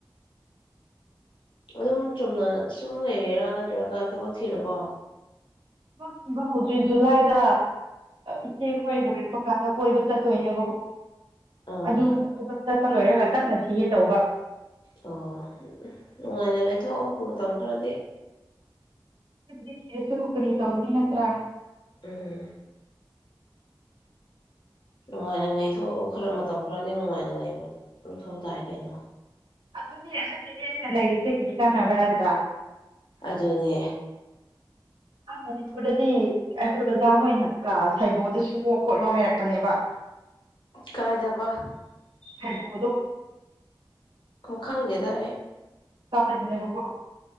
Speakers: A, on the left; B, on the right.
A: ꯑꯗꯨꯝ ꯆꯨꯝꯅ ꯁꯨꯝ ꯂꯩꯔꯔꯥ ꯅꯠꯇ꯭ꯔꯒ ꯊꯕꯛ ꯊꯤꯔꯕꯣ
B: ꯊꯕꯛ ꯊꯤꯕ ꯍꯧꯗ꯭ꯔꯤ ꯖꯨꯂꯥꯏꯗ ꯏꯆꯦ ꯈꯣꯏ ꯂꯣꯏꯔꯨꯕ ꯀꯥꯟꯗ ꯀꯣꯏꯕ ꯆꯠꯇꯣꯏꯅꯦꯕꯀꯣ
A: ꯑꯥ
B: ꯑꯗꯨ ꯆꯠꯄ ꯂꯣꯏꯔꯒ ꯇꯞꯅ ꯊꯤꯒꯦ ꯇꯧꯕ
A: ꯑꯣ ꯅꯨꯡꯉꯥꯏꯅ ꯂꯩꯊꯣꯛꯑꯣ ꯃꯇꯝ ꯈꯔꯗꯤ
B: ꯑꯗꯨꯕꯨꯗꯤ ꯊꯤꯔꯁꯨ ꯀꯔꯤ ꯇꯧꯔꯨꯅꯤ ꯅꯠꯇ꯭ꯔꯥ
A: ꯎꯝ ꯅꯨꯡꯉꯥꯏꯅ ꯂꯩꯊꯣꯛꯎ ꯈꯔ ꯃꯇꯝ ꯈꯔꯗꯤ ꯅꯨꯡꯉꯥꯏꯅ ꯕ ꯃꯊꯧ ꯇꯥꯏ ꯀꯩꯅꯣ
B: ꯑꯗꯨꯅꯦ ꯑꯗꯨ ꯏꯅꯦ ꯍꯥꯏꯅꯂ ꯏꯁꯦ ꯀ꯭ꯔꯤꯀꯥ ꯅꯕꯔꯗ
A: ꯑꯗꯨꯅꯦ
B: ꯑ ꯃꯅꯤꯄꯨꯔꯗꯗꯤ ꯑꯩꯈꯣꯏ ꯑꯣꯖꯥ ꯍꯣꯏꯅꯀ ꯁꯩꯕꯣꯜꯗ ꯁꯨꯑꯣꯣ ꯈꯣꯠꯂꯣ ꯍꯥꯏꯔꯛꯄꯅꯦꯕ
A: ꯀꯥꯏꯗꯕ
B: ꯍꯕꯣꯗꯣ <inaudible>
A: ꯈꯪꯗꯦꯗ ꯑꯩ
B: ꯂꯩꯅꯦꯕꯀꯣ